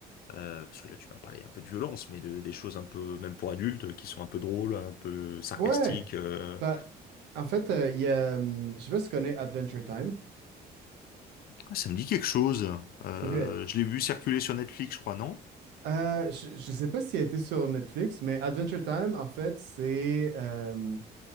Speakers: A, on the left; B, on the right.
A: euh, parce que là tu m'as parlé un peu de violence, mais de, des choses un peu même pour adultes qui sont un peu drôles, un peu sarcastiques.
B: Ouais.
A: euh.
B: Bah, en fait, euh, il y a, hum, je sais pas si tu connais Adventure Time.
A: Ah, ça me dit quelque chose. Euh,
B: Ok.
A: je l'ai vu circuler sur Netflix, je crois, non?
B: Euh, je, je sais pas s'il a été sur Netflix, mais Adventure Time, en fait, c'est euh,